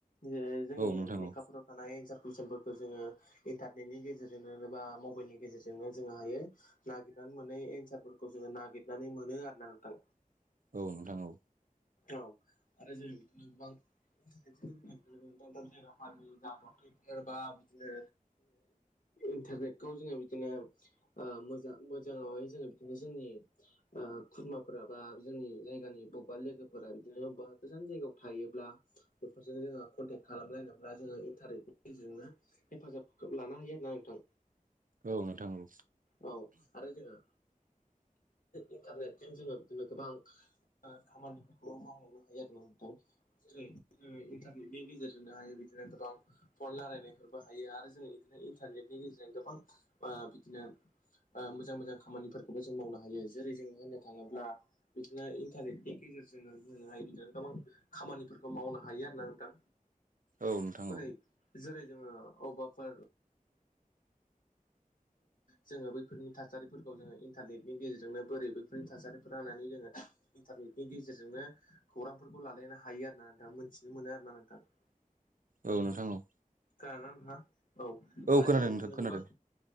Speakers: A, on the left; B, on the right.
A: जे जोंनि
B: औ नोंथां
A: लेखाफोराव
B: औ
A: थानाय एन्सार कुइसनफोरखौ जोङो इन्टारनेटनि गेजेरजोंनो बा मबाइलनि गेजेरजोंनो जोंहा हायो नागिरनानै मोनै एन्सार खौ जोङो नागिरनानै मोनो आरोना नोंथां।
B: औ नोंथां औ।
A: औ आरो जोङो बिदिनो गोबां बिदिन जोङो दाब दाब जायगानि जाब्रबथायफोर बा इदिनो इन्टारनेटखौ जोङो बिदिनो मोजां मोजाङावहाय जोङो बिदिनो जोंनि खुरमाफोरा बा जोंनि जायगानि बबेबा लोगो फोरा बिदिनो गोजान जायगायाव थायोब्ला बेफोरजों जोङो कनटेक्ट खालाम लायनोब्ला जोङो। बेनि गेजेरजोंनो हेफाजाबखौ लानो हायो आरोना नोंथां।
B: औ नोंथां औ
A: औ आरो जोङो। इन्टारनेटजों जोङो बिदिनो गोबां खामानि खौबो मावलांनो हायो आरोना नोंथां। जेरै जों इन्टारनेटनि गेजेरजोंनो हायो बिदिनो गोबां फन लारायनायफोरबो हायो आरो जोङो बिदिनो इन्टारनेटनि गेजेरजों गोबां बिदिनो मोजां मोजां खामानिफोरखौबो जों मावनो हायो। जेरै जोङो होननो थाङोब्ला बिदिनो इन्टारनेटनि गेजेरजों जोङो जोंहाय बिदिनो गोबां खामानिफोरखौ मावनो हायो आरोना नोंथां।
B: औ नोंथां
A: बोरै
B: औ।
A: जेरै जोङो अबबाफोर जोङो बैफोरनि थासारिफोरखौ जोङो इन्टारनेटनि गेजेरजोंनो बोरै बैफोरनि थासारिफोरा होननानै जोङो इन्टारनेटनि गेजेरजोंनो खौरांफोरखौ लालायनो हायो आरोना नोंथां मोनथिनो मोनो आरोना नोंथां <inaudible>
B: औ नोंथां औ
A: गारनानै थांङा औ आरो
B: खोनादों
A: जोंङो
B: नोंथां
A: बिदिनो
B: खोनादों
A: गोबां